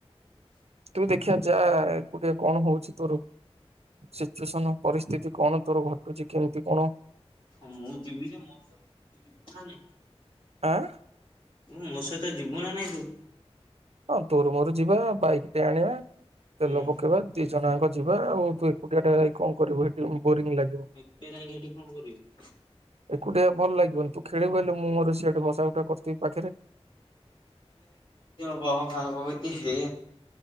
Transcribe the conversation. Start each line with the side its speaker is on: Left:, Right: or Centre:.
Right: କିମି ଦେଖିଆ ଯାଏ ଓକେ କଣ ହଉଚି ତୋର ସିଚୁଏସନ ପରିସ୍ଥିତି କଣ ତୋର ଘଟୁଚି କେମିତି କଣ
Left: ହଁ ମୁଁ ଯିବି ଯେ ମୋ ସହିତ ତୁ ଯିବୁ ନା ନାଇଁ?
Right: ଆଁ?
Left: ମୋ ସହିତ ଯିବୁ ନା ନାଇଁ ତୁ?
Right: ହଁ ତୋର ମୋର ଯିବା ବାଇକ୍ ଟେ ଆଣିବା।
Left: ହୁଁ
Right: ତେଲ ପକେଇବା ଦି ଜଣ ଆଙ୍କ ଯିବା ଆଉ ତୁ ଏକୁଟିଆ ଟା ଯାଇ କଣ କରିବୁ ଏଠି ବୋରିଂ ଲାଗିବ।
Left: ଏକୁଟିଆ ଯାଇକି ହେଠି କଣ କରିବି।
Right: ଏକୁଟିଆ ଭଲ ଲାଗିବନି ତୁ ଖେଳିବୁ ହେଲେ ମୁଁ ମୋର ସେ ସେଠି ବସା ଉଠା କରିଥିବି ପାଖରେ
Left: <unintelligible> ଏହେ